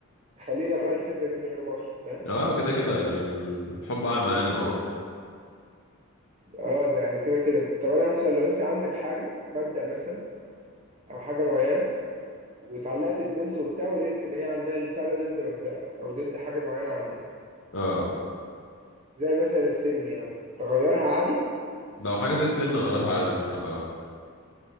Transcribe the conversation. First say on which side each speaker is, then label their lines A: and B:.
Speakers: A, on the right (about 30°); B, on the left (about 55°).
A: تخليني اغير الفكره دي من غير ما اقصد فاهم
B: اه كده كده يعني الحب اعمى يعني معروف
A: اه ده كده كده طب انا عندي سؤال لو انت عندك حاجه مبدأ مثلا او حاجه معينه واتعلقت ببنت وبتاع ولقيت ان هي عندها البتاع ده ضد مبدأك او ضد حاجه معينه عندك
B: اه
A: زي مثلا السن يعني تغيرها عادي
B: لو حاجه زي السن اغيرها عادي الصراحه آه.